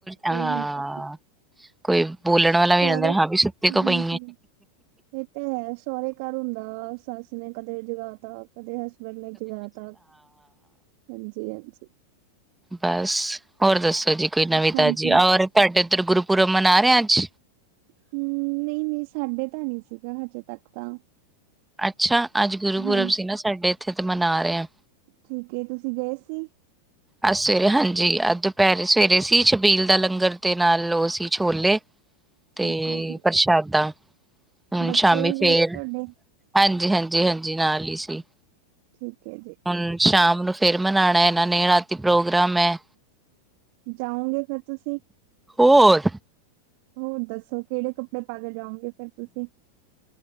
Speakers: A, on the right; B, in the centre.
A: ਕੋਈ
B: ਹਾਂ
A: ਹੁੰਦਾ ਨੀ
B: ਕੋਈ ਬੋਲਣ
A: ਸਹੁਰੇ
B: ਵਾਲਾ ਵੀ ਰਹਿੰਦਾ ਹਾਂ ਵੀ ਸੁੱਤੇ ਤੋਂ
A: ਹਾਂਜੀ
B: ਪਈ
A: ਇਹ ਤਾਂ ਹੈ ਸਹੁਰੇ ਘਰ ਹੁੰਦਾ ਸੱਸ ਨੇ ਕਦੇ ਜਗਾ ਤਾ ਉਹਦੇ ਹਸਬੈਂਡ ਨੇ ਜਗਾ ਤਾ ਹਾਂਜੀ ਹਾਂਜੀ
B: ਬਸ ਹੋਰ ਦੱਸੋ ਜੀ ਕੋਈ ਨਵੀਂ
A: ਹਾਂਜੀ
B: ਤਾਜ਼ੀ ਔਰ ਤੁਹਾਡੇ ਉੱਧਰ ਗੁਰੂਪੁਰਬ ਮਨਾ ਰਹੇ ਅੱਜ
A: ਹਮ ਨਹੀਂ ਨਹੀਂ ਸਾਡੇ ਤਾਂ ਨਹੀਂ ਸੀਗਾ ਹਜੇ ਤੱਕ ਤਾਂ
B: ਅੱਛਾ ਅੱਜ ਗੁਰੂ ਪੁਰਬ
A: ਹਾਂ
B: ਸੀ ਨਾ ਸਾਡੇ ਇੱਥੇ ਤੇ ਮਨਾ ਰਹੇ ਆ
A: ਠੀਕ ਤੁਸੀਂ ਗਏ ਸੀ।
B: ਅੱਜ ਸਵੇਰੇ ਹਾਂਜੀ ਅਹ ਦੁਪਹਿਰੇ ਸਵੇਰੇ ਸੀ ਛਬੀਲ ਦਾ ਲੰਗਰ ਦੇ ਨਾਲ ਉਹ ਸੀ ਛੋਲੇ ਤੇ
A: ਠੀਕ ਹੈ ਜੀ
B: ਪ੍ਰਸ਼ਾਦਾ ਹੁਣ
A: ਬੱਚੇ
B: ਸ਼ਾਮੀ
A: ਵੀ
B: ਫੇਰ
A: ਗਏ ਸੀ ਤੁਹਾਡੇ
B: ਹਾਂਜੀ ਹਾਂਜੀ ਹਾਂਜੀ ਨਾਲ ਹੀ ਸੀ।
A: ਠੀਕ ਹੈ ਜੀ।
B: ਹੁਣ ਸ਼ਾਮ ਨੂੰ ਫੇਰ ਮਨਾਉਣਾ ਇਹਨਾਂ ਨੇ ਰਾਤੀ ਪ੍ਰੋਗਰਾਮ ਹੈ।
A: ਜਾਓਗੇ ਫੇਰ ਤੁਸੀਂ
B: ਹੋਰ
A: ਹੋਰ ਦੱਸੋ ਕਿਹੜੇ ਕੱਪੜੇ ਪਾ ਕੇ ਜਾਓਗੇ ਫੇਰ ਤੁਸੀਂ